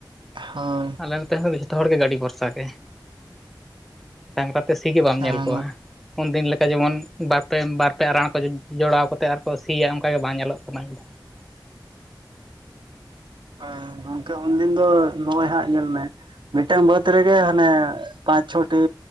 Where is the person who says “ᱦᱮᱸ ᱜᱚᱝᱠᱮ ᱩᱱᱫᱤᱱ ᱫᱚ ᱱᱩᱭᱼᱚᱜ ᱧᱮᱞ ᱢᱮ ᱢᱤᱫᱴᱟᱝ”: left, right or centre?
Right